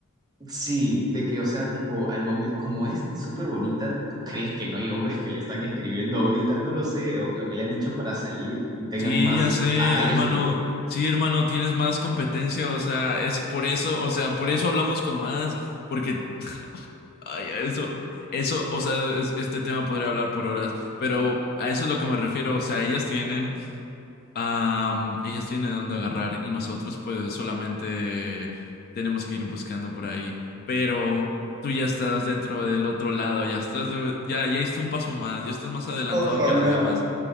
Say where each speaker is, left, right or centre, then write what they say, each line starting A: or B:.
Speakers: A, on the right; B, on the left.
A: Sí, de que, o sea, tipo, al momento, como es súper bonita, ¿tú crees que no hay hombres que le están escribiendo ahorita? No lo sé, o, o que le han dicho para salir, tengan
B: Sí,
A: más
B: ya sé,
A: agallas
B: hermano.
A: que yo.
B: Sí, hermano, tienes más competencia, o sea, es por eso, o sea, por eso hablamos con más, porque, <laughs> ay, a eso, eso, o sea, es- este tema podría hablar por horas, pero a eso es lo que me refiero, o sea, ellas tienen, am, ellas tienen dónde agarrar y nosotros, pues, solamente tenemos que ir buscando por ahí, pero tú ya estás dentro del otro lado, ya estás, de- ya, ya hiciste un paso más, ya estás más adelantado
A: Ojalá,
B: que los demás.